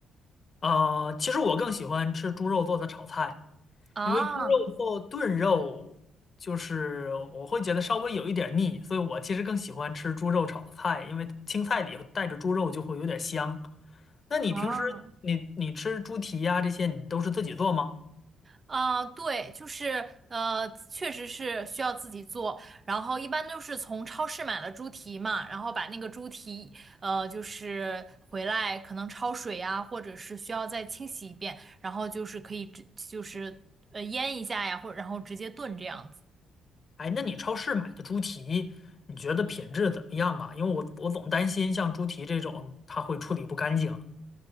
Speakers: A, on the left (about 40°); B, on the right (about 35°).
A: 呃，其实我更喜欢吃猪肉做的炒菜，
B: 啊
A: 因为猪肉做炖肉，就是我会觉得稍微有一点儿腻，所以我其实更喜欢吃猪肉炒的菜，因为青菜里带着猪肉就会有点香。那你平时你你吃猪蹄呀、
B: 啊，
A: 这些，你都是自己做吗？
B: 啊，对，就是呃，确实是需要自己做，然后一般都是从超市买了猪蹄嘛，然后把那个猪蹄呃，就是回来可能焯水呀，或者是需要再清洗一遍，然后就是可以直就是呃腌一下呀，或然后直接炖这样子。
A: 哎，那你超市买的猪蹄，你觉得品质怎么样啊？因为我我总担心像猪蹄这种，它会处理不干净。